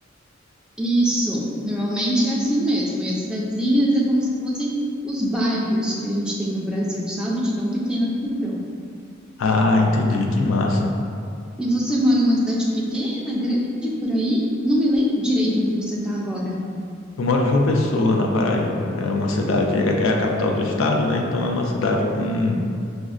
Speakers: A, in the centre; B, on the left (about 75°).
A: Isso, normalmente é assim mesmo. E as cidadezinhas é como se fossem os bairros que a gente tem no Brasil, sabe? De tão pequenas que são.
B: Ah, entendi, que massa.
A: E você mora numa cidade pequena, grande, por aí? Não me lembro direito onde você está agora.
B: Eu moro em João Pessoa, na Paraíba. É uma cidade, é é a capital do estado, né? Então é uma cidade com,